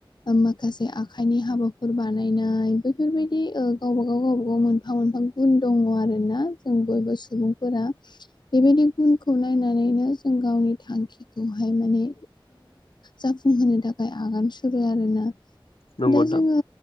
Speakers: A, on the left; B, on the left.
A: माखासे आखाइनि हाबाफोर बानायनाय बेफोरबायदि गावबा गाव गावबा गाव मोनफा मोनफा गुन दङ आरो ना जों बयबो सुबुंफोरा बेबायदि गुनखौ नाय नानैनो जों गावनि थांखिखौहाय माने जाफुंहोनो थाखाय आगान सुरो आरोना
B: नंगौ
A: दा
B: नंगौ नोंथां
A: जोङो